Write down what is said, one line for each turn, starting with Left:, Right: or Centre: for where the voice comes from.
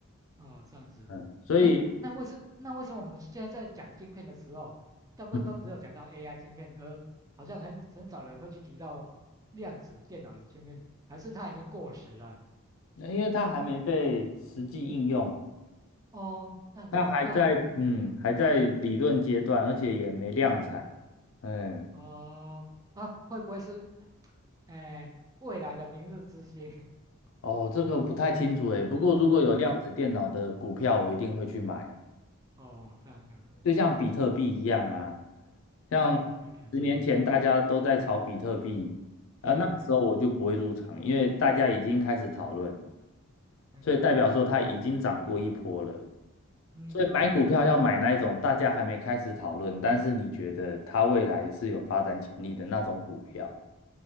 Right: 哦，这样子。
Left: 嗯，所以
Right: 哎，那为什那为什么我们现在在讲晶片的时候，大部分都只有讲到
Left: 嗯，
Right: AI 晶片，而好像很很少人会去提到量子电脑的晶片，还是它已经过时了？
Left: 因为它还没被实际应用，
Right: 哦，这样子哦，
Left: 它还在嗯还在理论阶段，
Right: 那
Left: 而且也没量产。
Right: 这样子
Left: 嗯，
Right: 哦，啊，会不会是，哎，未来的明日之星？<laughs>
Left: 哦，这个不太清楚诶，不过如果有量子电脑的股票，
Right: 哦
Left: 我一定会去买。
Right: 哦，这样子
Left: 就像比特币一样啊，像
Right: 啊，OK OK，
Left: 十年前大家都在炒比特币，
Right: 嗯，对，
Left: 那时候我就不会入场，因为大家已经开始讨论了，
Right: 嗯嗯嗯
Left: 所以代表说它已经涨过一波了。
Right: 嗯嗯嗯，
Left: 所以买股票要买那一种大家还没开始讨论，但是你觉得它未来是有发展潜力的那种股票，